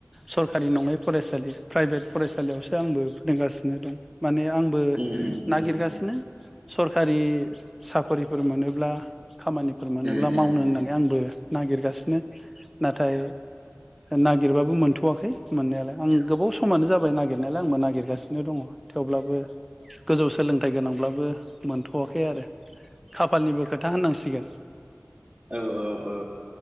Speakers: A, in the centre; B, on the right (about 30°).
A: सरखारि नङै फरायसालि प्राइभेट फरायसालियावसो आंबो फोरोंगासिनो दं। माने आंबो
B: उम उम उम
A: नागिरगासिनो। सरखारि साखरिफोर मोनोब्ला खामानि फोर मोनोब्ला
B: उम उम
A: मावनो होननानै आंबो नागिरगासिनो। नाथाय ना गिरबाबो मोनथ'आखै मोननायालाय। आं गोबाव समानो जाबाय नागिर गिरनायालाय आंबो नागिरगासिनो दङ थेवब्लाबो बो गोजौ सोलोंथाइ गोनांब्ला बो मोनथ'आखै आरो। खाफालनिबो खोथा होननांसिगोन।
B: औ औ औ